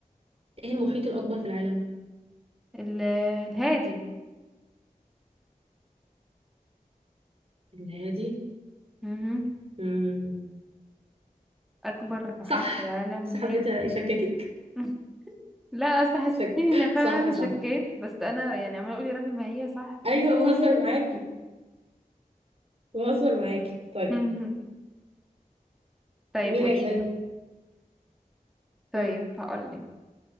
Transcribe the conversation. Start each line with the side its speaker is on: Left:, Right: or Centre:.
Right: ايه المحيط الأكبر في العالم؟
Centre: ال- آه، الهادي
Right: الهادي
Centre: مهم.
Right: مم.
Centre: اكبر محيط
Right: صح
Centre: في العالم
Right: بس
Centre: الهادي
Right: حبيت أشككك
Centre: <laughs> لا اصل حسيتيني
Right: شك...
Centre: ان فعلا
Right: صح
Centre: انا
Right: صح
Centre: شكيت بس انا يعني عماله اقول يا ربي ما هي صح
Right: أيوة
Centre: في
Right: بهزر معاكي بهزر معاكي طيب
Centre: <laughs> طيب
Right: مين
Centre: قولي
Right: هيسألني؟
Centre: لي طيب
Right: مم.
Centre: هقول لك